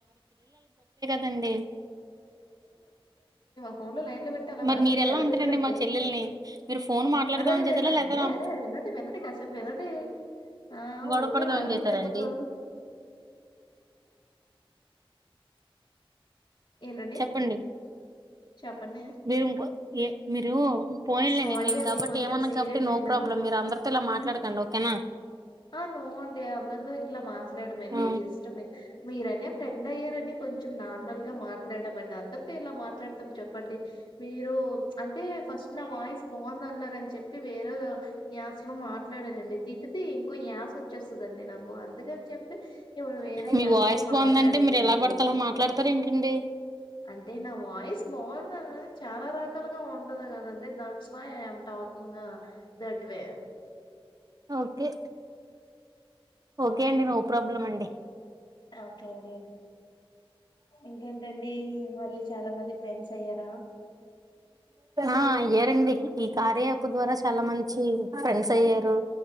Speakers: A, on the right; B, on the left.
A: దండి
B: ఆన్లైన్ ఇ పెట్టి అలా
A: మరి
B: మాట్లాడతే
A: మీరు ఎలా
B: ఎలాగైతదండి
A: అంటారండి మా చెల్లెల్ని మీరు ఫోన్ మాట్లాడదామని
B: అదేనండి
A: చేసారా లేకపోతే
B: అదే
A: నా
B: అదే వినండి వినండి కాసేప్ వినండి ఆ
A: గొడవ
B: ఊరికే
A: పడదామని
B: మాట్లాడుతూనే
A: చేసారండి
B: ఉంటరు ఏంటండి
A: చెప్పండి
B: చెప్పండి
A: మీరు ఇంకో ఏ మీరు పోనీలెండి
B: సారీ
A: నేను
B: అండి
A: కాబట్టి
B: కొంచెం
A: ఏమను
B: సీరియస్
A: కాబట్టి నో
B: అయినా
A: ప్రాబ్లం మీరు అందరితో ఇలా మాట్లాడకండి ఓకేనా
B: ఆ నో అండి అందరితో ఇట్ల మాట్లాడమండి
A: ఆ
B: జస్ట్ మీ మీరనే ఫ్రెండ్ అయ్యారని కొంచం నార్మల్గా మాట్లాడమం అందర్తో ఎలా మాట్లాడుతాం చెప్పండి మీరు అంటే ఫస్ట్ నా వాయిస్ బాగుందన్నరని చెప్పి వేరే యాస్లో మాట్లాడనండి తిట్ తీ యాస్ వచ్చేస్తదండి నాకు అందుకని చెప్పి ఇప్పుడు వేరే
A: మీ
B: యాస్లో
A: వాయిస్ బాగుందంటే
B: మాట్లాడలెండి
A: మీరు ఎలా పడితే అలా మాట్లాడతారు ఏంటండి
B: అంటే నా వాయిస్ బా భోజనాల్ అనేది చాలా రకాలుగా ఉంటది కదండి that's why I am talking that way
A: okay okay అండి నో ప్రాబ్లం అండి
B: ఓకే అండి ఇంకేంటండి మళ్ళీ చాలా మంది ఫ్రెండ్స్ అయ్యారా
A: ఆ అయ్యారండి ఈ కార్య యాప్ ద్వారా చాలా మంచి ఫ్రెండ్స్ అయ్యారు